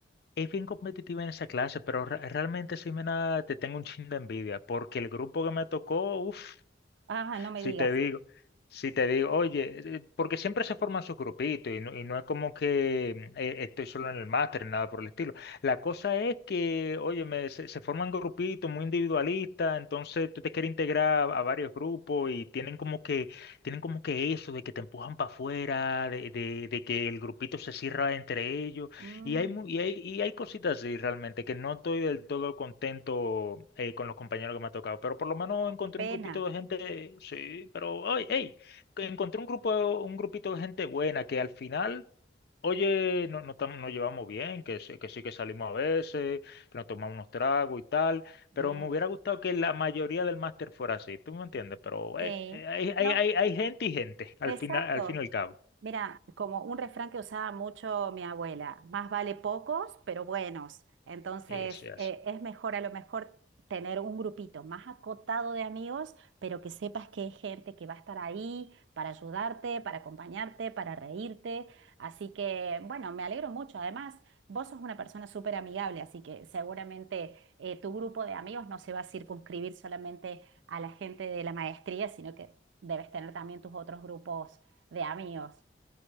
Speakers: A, on the left; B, on the right.
A: Es bien competitiva en esa clase, pero re- realmente, Ximena, te tengo un chin de envidia, porque el grupo que me tocó, uff,
B: Ah, no me
A: Si
B: digas.
A: te digo, si te digo, oye, eh, porque siempre se forman sus grupitos y no, y no es como que mm, eh, estoy solo en el máster, nada por el estilo. La cosa es que, oye, me- se, se forman grupitos muy individualistas, entonces tú te quieres integrar a varios grupos y tienen como que, tienen como que eso de que te empujan para afuera, de, de de que el grupito se cierra entre ellos.
B: Mm,
A: Y hay, mu- y hay, y hay cositas así realmente que no estoy del todo contento eh, con los compañeros que me ha tocado, pero por lo menos
B: oh,
A: encontré
B: qué pena.
A: un grupito de gente, sí, pero, oye, hey, que encontré un grupo, un grupito de gente buena que al final, oye, no, no tam- nos llevamos bien, que, sí- que sí que salimos a veces, que nos tomamos unos tragos y tal,
B: Bien.
A: pero me hubiera gustado que la mayoría del máster fuera así, ¿tú me entiendes? Pero,
B: Sí.
A: hey, eh, hay, hay,
B: No,
A: hay, hay gente y gente, al
B: exacto.
A: final, al fin y al cabo.
B: Mira, como un refrán que usaba mucho mi abuela, más vale pocos, pero buenos. Entonces,
A: Eso es así.
B: eh, es mejor a lo mejor tener un grupito más acotado de amigos, pero que sepas que es gente que va a estar ahí para ayudarte, para acompañarte, para reírte. Así que, bueno, me alegro mucho. Además, vos sos una persona súper amigable, así que seguramente eh, tu grupo de amigos no se va a circunscribir solamente a la gente de la maestría, sino que debes tener también tus otros grupos de amigos.